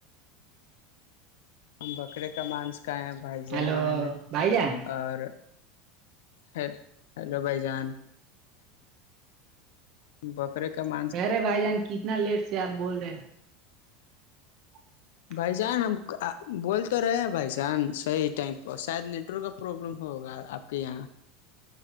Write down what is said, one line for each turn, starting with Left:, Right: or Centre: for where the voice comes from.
Left: ہم بکرے کا مانس کایں بھائی
Right: ہیلو
Left: جان
Right: بھائی جان
Left: اور ہی ہیلو بھائی جان بکرے کا م
Right: کہہ رہے بھائی جان کتنا لیٹ سے آپ بول رہے <inaudible>
Left: بھائی جان ہم بول تو رہے ہیں بھائی جان صحیح ٹائم پر شاید نیٹورک پروابلم ہوگا آپ کے یہاں